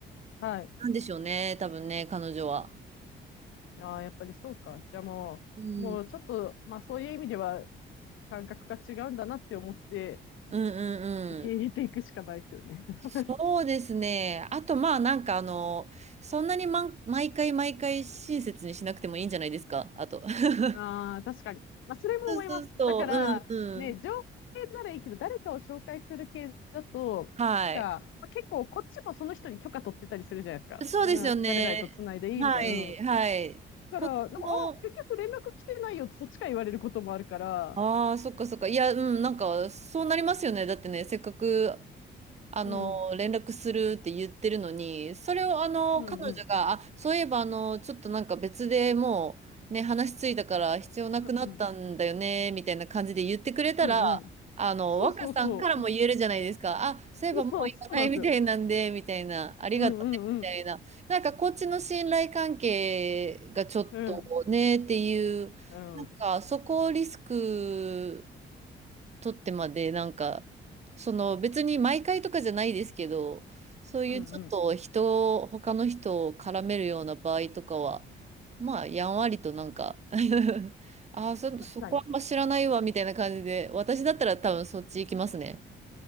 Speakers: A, on the left; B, on the right.
A: はい。
B: なんでしょうね、多分ね、彼女は。
A: ああ、やっぱりそうか。じゃあもう、
B: うん。
A: もうちょっと、まあそういう意味では感覚が違うんだなって思って
B: うんうんうん。
A: 受け入れていくしかないですよね。<laughs>
B: そうですね。あと、まあ、なんかあの、そんなに、まん、毎回毎回親切にしなくてもいいんじゃないですか、あと。<laughs>
A: ああ、確かに。まあそれも思います。
B: そうそうそう、
A: だから、
B: うんうん。
A: ね、情報系ならいいけど、誰かを紹介する系だと、
B: はい。
A: なんか、まあ、結構こっちもその人に許可取ってたりするじゃないですか。
B: そうですよね。
A: そんな、誰々と繋いでいいみたいな。
B: はい、
A: うん。だ
B: はい。
A: から、
B: こっちも、
A: なんか、あ、結局連絡来てないよってそっちから言われることもあるから、
B: ああ、そっかそっか。いや、うん、なんか、そうなりますよね。だってね、せっかくあの、
A: うん、
B: 連絡するって言ってるのに、それをあの、
A: うん、
B: 彼女が、
A: うん、うん、
B: あ、そういえばあの、ちょっとなんか別でもう、ね、話ついたから必要なくなったんだよね、
A: うん、
B: みたいな感じで言ってくれたら、
A: うん、うん。
B: あの、
A: そうそうそう。
B: 若さんからも言えるじゃないですか。あ、そういえばもういらないみたいなんで、
A: <laughs> そうそうなんですよ。
B: みたいな、ありがとうね、
A: うんうん
B: みたいな。なんかこっちの信頼関係がちょっとね、
A: うん。うん。
B: っていう、
A: うん。
B: なんかそこをリスク、取ってまで、なんか、その別に毎回とかじゃないですけど、そういうちょっと人を、
A: うんうん。
B: 他の人を絡めるような場合とかは、まあ、やんわりとなんか <laughs> ああ、そ、
A: 確かに。
B: そこあんま知らないわ、みたいな感じで、私だったら多分そっち行きますね。